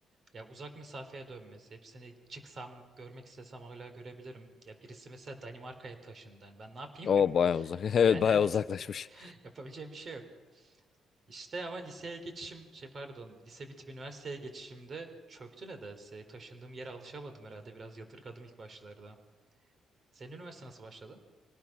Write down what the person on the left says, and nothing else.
Ama bayağı
uzak. <laughs> Evet
bayağı
uzaklaşmış.